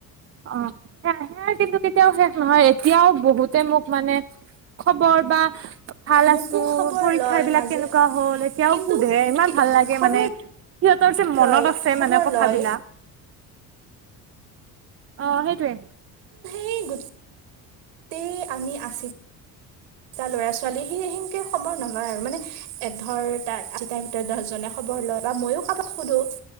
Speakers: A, on the right; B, on the right.
A: অ সে সেয়া কিন্তু কেতিয়াও শেষ নহয় এতিয়াও বহুতে মোক মানে খবৰ বা ভাল
B: মোকো
A: আছো,
B: খবৰ
A: পৰীক্ষাবিলাক
B: লয় মাজে
A: কেনেকুৱা হ'ল এতিয়াও
B: কিন্তু
A: সোধে ইমান
B: কি
A: ভাল লাগে
B: খবৰ
A: মানে সিহঁতৰ যে মনত
B: লয়
A: আছে
B: খবৰ
A: মানে কথাবিলাক।
B: লয়
A: অহ সেইটোৱে।
B: ই গোট ই আমি আছিদ ল'ৰা-ছোৱালী সি সেনকে খবৰ নলয় আৰু মানে এধৰ তাৰ আচিতাৰ ভিতৰত দহজনে খবৰ লয় বা মইয়ো কাবাক সোধো।